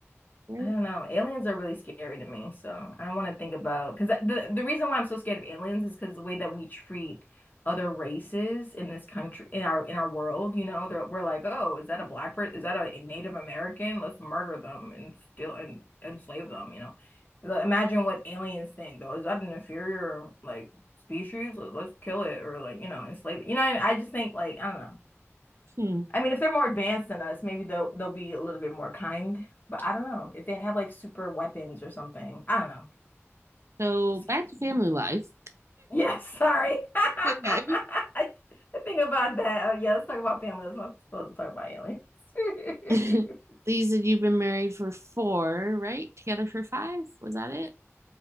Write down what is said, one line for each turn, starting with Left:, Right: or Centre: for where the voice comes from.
Right: Very,
Left: I don't know. Aliens are really scary to me, so I don't want to think about because the the reason why I'm so scared of aliens is because the way that we treat other races in this country, in our in our world, you know, they're, we're like, oh, is that a black person? Is that a Native American? Let's murder them and steal and enslave them, you know. Like, Imagine what aliens think though. Is that an inferior like species? Let's kill it or like you know enslave it. You know, what I mean? I just think like I don't know.
Right: hmm.
Left: I mean, if they're more advanced than us, maybe they'll they'll be a little bit more kind. But I don't know. If they have like super weapons or something, I don't know.
Right: So,
Left: Just scares
Right: back to family
Left: me.
Right: life.
Left: Yes, sorry. <laughs> I
Right: Okay.
Left: I think about that. Oh, yeah, let's talk about family. Let's not supposed to talk about aliens. <laughs>
Right: <laughs> So you said you've been married for four, right? Together for five? Was that it?